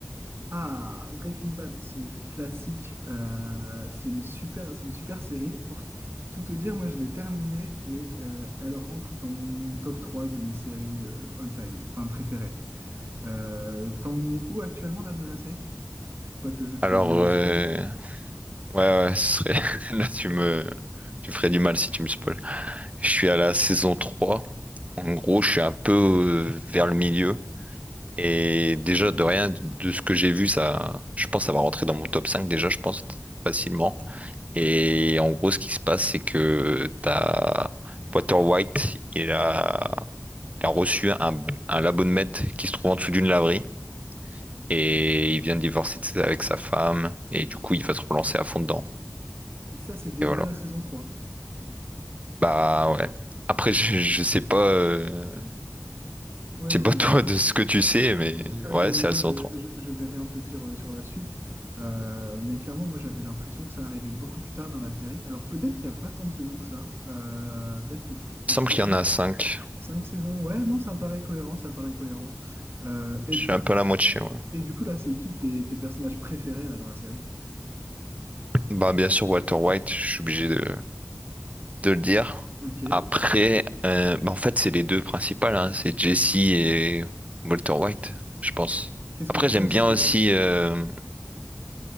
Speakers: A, on the right (about 50°); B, on the right (about 25°).
A: Ah, Breaking Bad, ce classique, euh, c'est une super, c'est une super série. Pour tout te dire, moi je l'ai terminée et euh, elle rentre dans mon top 3 de mes séries euh, all-time, enfin préférées. Euh, t'en es où actuellement là de la série? Pour pas que je te
B: Alors, euh,
A: spoil.
B: ouais, ouais, ce serait... <laughs> là, tu me, tu ferais du mal si tu me spoil. Je suis à la saison 3. En gros, je suis un peu euh, vers le milieu. Et déjà, de rien de ce que j'ai vu, ça, je pense, ça va rentrer dans mon top 5. déjà, je pense, facilement. Et en gros, ce qui se passe, c'est que t'as Walter White, il a, il a reçu un, un l'abonnement qui se trouve en dessous d'une laverie
A: Ok.
B: et il vient de divorcer de sa- avec sa femme et du coup, il va se relancer à fond dedans.
A: Et ça, c'est déjà
B: Et voilà.
A: à la saison 3.
B: Bah ouais. Après, je, je sais pas, euh,
A: Ouais,
B: je
A: non,
B: sais pas
A: mais
B: <laughs> toi de ce que tu sais, mais
A: Je- ah
B: ouais,
A: bah, moi,
B: c'est assez
A: je,
B: autre.
A: je, je vais rien te dire euh, sur la suite, Euh, mais clairement, moi, j'avais l'impression que ça arrivait beaucoup plus tard dans la série. Alors, peut-être qu'il n'y a pas tant de saisons que ça. Euh, peut-être que je confonds.
B: Il me semble qu'il y en a cinq.
A: Cinq saisons, ouais, non, ça paraît cohérent, ça paraît cohérent. Euh, et
B: Je
A: du,
B: suis un peu à la moitié. ouais.
A: et du coup, là, c'est qui tes, tes personnages préférés là, dans la série?
B: Bah bien sûr, Walter White, je suis obligé de, de le dire.
A: Ok.
B: Après, euh, bah, en fait, c'est les deux principales, hein, c'est Jesse et Walter White, je pense.
A: Qu'est-ce
B: Après,
A: que tu
B: j'aime
A: penses,
B: bien
A: euh,
B: aussi euh,